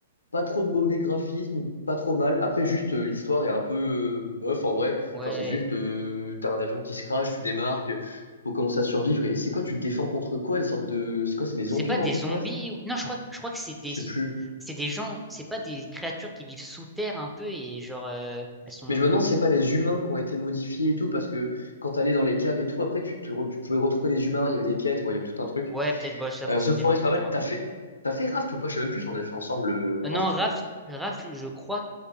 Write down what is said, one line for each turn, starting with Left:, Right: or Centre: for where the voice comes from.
Left: pas trop de mauvais graphisme, pas trop mal. Après, juste, euh, l'histoire est un peu euh, bof en vrai.
Centre: Ouais.
Left: Genre, c'est juste, euh, t'as un avion qui se crache, tu débarques, faut commencer à survivre. Et c'est quoi, tu te défends contre quoi? Des sortes de. C'est quoi, c'est des
Centre: C'est
Left: zombies
Centre: pas
Left: dans
Centre: des
Left: The
Centre: zombies
Left: Forest?
Centre: ou... Non, je crois, je crois que c'est des,
Left: Je sais plus.
Centre: c'est des gens, c'est pas des créatures qui vivent sous terre un peu et genre, euh, elles sont.
Left: Mais je me demande si c'est pas des humains qui ont été modifiés et tout, parce que quand t'allais dans les caves et tout, après, tu, te re- tu pouvais retrouver des humains, il y avait des quêtes, bon, il y avait tout un truc.
Centre: Ouais, peut-être, bah, j'avoue,
Left: Euh,
Centre: ça
Left: The Forest,
Centre: fait longtemps,
Left: pas mal.
Centre: je me rappelle
Left: T'as fait.
Centre: pas.
Left: T'as fait Raft ou pas? Je sais même plus si on avait fait ensemble euh,
Centre: Euh,
Left: Raft.
Centre: non, Raph, Raph, je crois que